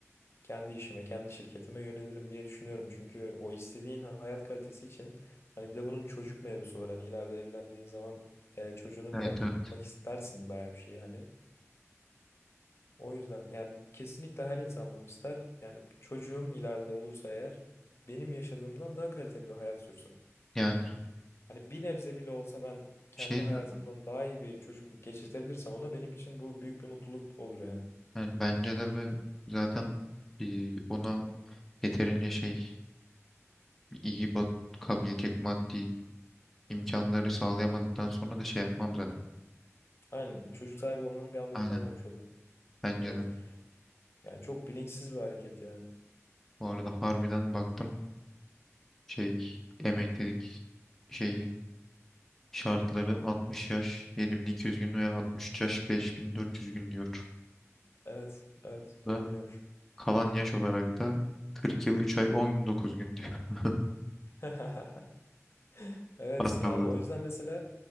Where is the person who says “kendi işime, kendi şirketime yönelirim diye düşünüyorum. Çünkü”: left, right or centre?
Left